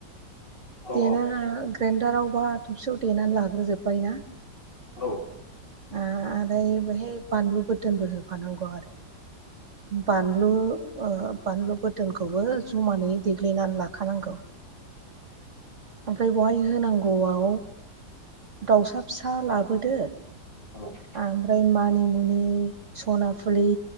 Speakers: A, on the left; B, on the right.
A: औ
B: देना ला ग्रेन्डाराव बा थबसियाव देनानै लाग्रोजोब्बाय ना
A: औ
B: ओ आरै बेहाय बानलु बोदोनबो होफानांगौ आरो । बानलु ओ बानलु बोदोनखौबो जमानै देग्लिनानै लाखानांगौ। ओमफ्राय बहाय होनांगौआव दाउसा फिसा लाबोदो
A: औ
B: आमफ्राय मानिमुनि, सनाफुलि,